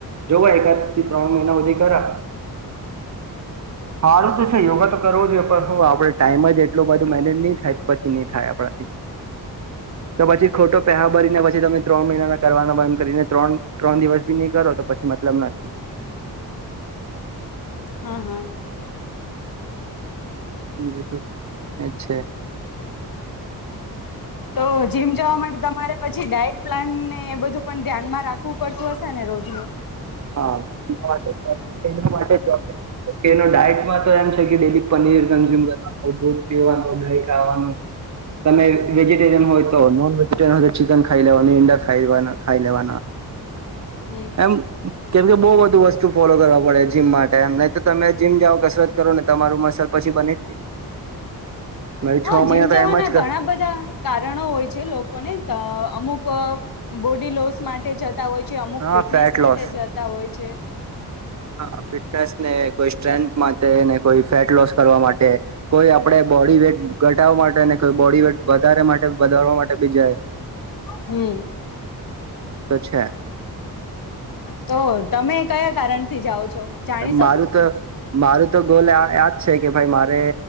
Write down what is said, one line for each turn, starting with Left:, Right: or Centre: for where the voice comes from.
Right: જોવા એકાદ થી ત્રણ મહિના સુધી કરા. હારું તો છે યોગા તો. કરવો જોઈએ પણ આપડે ટાઈમ જ એટલોું બધું મેનેજ નહી થાય તો પછી નહી થાય આપણાથી. તો પછી ખોટો પેહા ભરીને પછી તમે ત્રણ મહિનાના કરવાનો એમ કરીને ત્રણ ત્રણ દિવસ. બી ન કરો તો પછી મતલબ નથી.
Left: હા હા
Right: જ તો એ છે.
Left: તો જીમ જવા માટે તમારે પછી ડાયટ પ્લાન ને બધું. પણ ધ્યાનમાં રાખવું પડતું હશે ને રોજનું.
Right: હા એ એ માટેબ. એનો ડાયટમાં તો એમ છે કે ડેલી પનીર કન્ઝ્યુમ કરવાનું દૂધ પીવાનું ગાય ખાવાનું. તમે વેજીિટેરિયન હોય તો નોન વેજીિટેરિયન હોય તો ચિકન ખાઈ લેવાનું ઇંડાિયા ખ ખાઈ લેવાના. <inaudible>
Left: હમ.
Right: એમ કેમ કે બહુ બધુ વસ્તુ ફોલો કરવા પડે જીમ માટેમ નહી તો તમે જીમ જાઓ કસરત કરો ને તમારું મ. પછી બને મેં
Left: હા
Right: છ
Left: જીમ
Right: મહિના તો
Left: જવાના
Right: એમ જ
Left: ઘણા
Right: કર
Left: બધા કારણો હોય છે લોકોને તો અમુક અમુક બોડી લોસ માટે જતા હોય છે અમુક
Right: હા
Left: ફિટનેસ
Right: ફેટ
Left: માટે
Right: લોસ
Left: જતા હોય છે
Right: હા ફિટનેસ ને કોઈ સ્ટ્રેન્થ માટે કોઈ ફેટ લોસ કરવા માટે કોઈ આપડે બોડી વેટ ઘટાવા માટે કોઈ બોડી વેટ વધારે માટે વધારવા માટે બી જાય
Left: હમ
Right: તો છે
Left: તો તમે કયા કારણ થી જાઓ છો જાણી
Right: મારું
Left: શકું
Right: તો મારું તો ગોલ યાજ છે કે ભાઈ મારે